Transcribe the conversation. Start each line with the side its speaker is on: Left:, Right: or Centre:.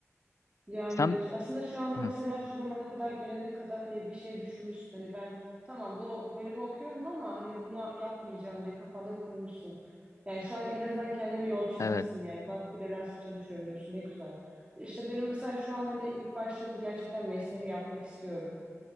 Right: Yani
Left: Sen...
Right: aslında şu anda
Left: Hı,
Right: mesela şu zamana kadar gelene kadar hani bir şey düşünmüşsün. Hani ben tamam bu bölümü okuyorum ama hani buna yapmayacağım diye kafanda kurmuşsun. Yani şu an en azından kendine bir yol çizmişsin
Left: evet.
Right: yani. Bak freelance çalışıyorum diyorsun ne güzel. İşte benim mesela şu an hani ilk başta bir gerçekten mesleğimi yapmak istiyorum.